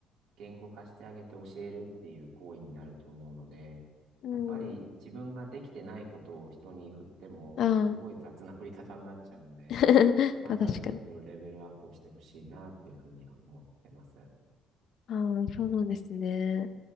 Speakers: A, on the right; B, on the left.
A: 言語化してあげて教えるっていう行為になると思うので、
B: うん。
A: やっぱり自分ができてないことを人に振っても、
B: ああ。
A: すごい雑な振り方になっちゃうんで、
B: <laughs>
A: まずはちょっとレベルアップをしてほしいなっていうふうには思ってます。
B: まあ、確かに。ああ、そうなんですね。